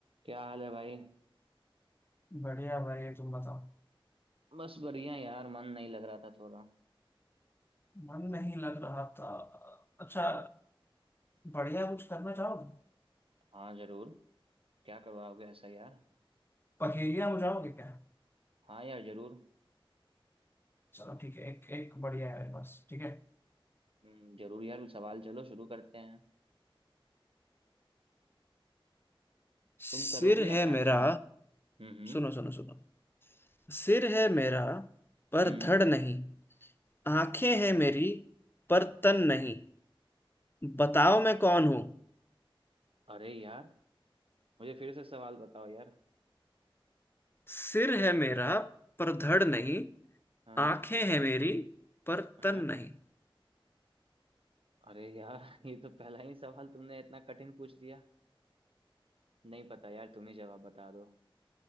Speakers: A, on the right; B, on the left.
A: क्या हाल है भाई
B: बढ़िया भाई तुम बताओ
A: बस बढ़िया यार मन नहीं लग रहा था थोड़ा
B: मन नहीं लग रहा था अच्छा बढ़िया कुछ करना चाहोगे
A: हाँ जरूर क्या करवाओगे ऐसा यार
B: पहेलियां बुझाओगे क्या
A: हाँ यार जरूर
B: चलो ठीक है एक एक बढ़िया है बस ठीक है
A: हम्म, जरूर यार कुछ सवाल चलो शुरू करते हैं
B: सिर
A: तुम करोगे या
B: है
A: मैं
B: मेरा
A: करूँ हम्म हम्म
B: सुनो सुनो सुनो सिर है मेरा पर
A: हम्म।
B: धड़ नहीं आंखें हैं मेरी पर तन नहीं बताओ मैं कौन हूं
A: अरे यार मुझे फिर से सवाल बताओ यार
B: सिर है मेरा पर धड़ नहीं
A: हाँ
B: आंखें हैं मेरी पर
A: हाँ
B: तन नहीं
A: अरे यार <laughs> ये तो पहला ही सवाल तुमने इतना कठिन पूछ दिया नहीं पता यार तुम ही जवाब बता दो